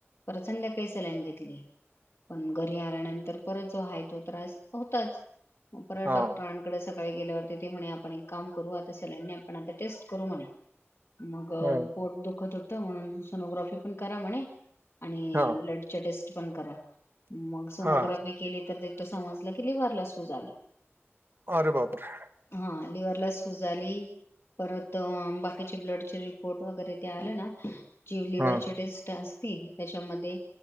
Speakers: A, on the left (about 65°); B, on the right (about 50°).
A: पर संध्याकाळी सलाईन घेतली पण घरी आल्यानंतर परत जो आहे तो त्रास होताच परत
B: हा
A: डॉक्टरांकडे सकाळी गेल्यावर ते म्हणे आपण एक काम करू आता सलाईन नाई आपण आता टेस्ट करू म्हणे मग
B: हम्म
A: पोट दुखत होतं म्हणून सोनोग्राफी पण करा म्हणे आणि
B: हा
A: ब्लडच्या टेस्ट पण करा मग सोनोग्राफी
B: हा
A: केली तर ते समजलं की लिवरला सूज आली.
B: अरे बापरे
A: हा लिवरलाला सूज आली परत बाकीचे ब्लडचे रिपोर्ट वगैरे ते आल्या ना जी लिव्हरची
B: हा
A: टेस्ट असते त्याच्यामध्ये